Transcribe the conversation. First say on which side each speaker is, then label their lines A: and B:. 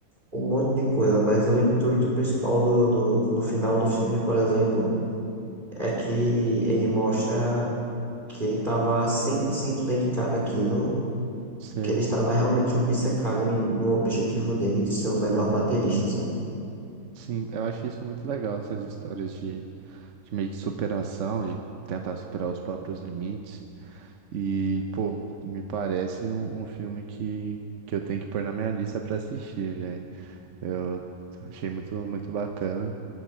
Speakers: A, on the right; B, on the right.
A: um monte de coisa. Mas o intuito principal do, do, no final do filme, por exemplo, é que ele mostra que ele estava 100% dedicado àquilo.
B: sei.
A: e Que ele estava realmente obcecado no, no objetivo dele de ser o melhor baterista, sabe?
B: Sim, eu acho isso muito legal, essas histórias de, de meio que superação, de tentar superar os próprios limites. E, pô, me parece um, um filme que, que eu tenho que pôr na minha lista pra assistir, velho. Eu achei muito, muito bacana.